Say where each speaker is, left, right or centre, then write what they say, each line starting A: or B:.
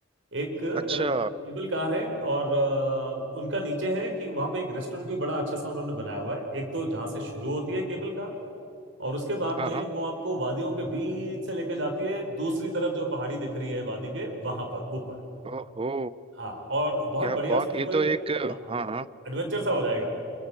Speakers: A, on the right; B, on the right.
A: एक केबल
B: अच्छा
A: कार है और अ, उनका नीचे है कि वहां पे एक रेस्टोरेंट भी बड़ा अच्छा सा उन्होंने बनाया हुआ है एक तो जहां से शुरू होती है केबल कार और उसके बाद
B: हाँ
A: में
B: हाँ
A: वो आपको वादियों के बीच से लेकर जाती है दूसरी तरफ जो पहाड़ी दिख रही है वादी के वहां पर ऊपर
B: ओहो
A: हाँ और बहुत
B: क्या
A: बढ़िया
B: बात
A: उसमें
B: ये
A: पूरी
B: तो एक
A: हाँ हाँ,
B: हाँ हाँ
A: एडवेंचर सा हो जाएगा